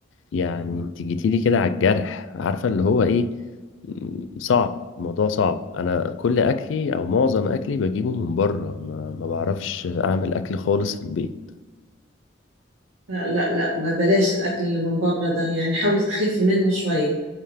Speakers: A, on the left (about 70°); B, on the right (about 80°).
A: يعني انت جيتيلي كده على الجرح عارفة اللي هو ايه م- صعب الموضوع صعب أنا كل أكلي أو معظم أكلي بجيبه من بره ما, ما بعرفش أعمل أكل خالص في البيت
B: لا لا لا ما بلاش الاكل اللي من بره ده يعني حاول تخف منه شوية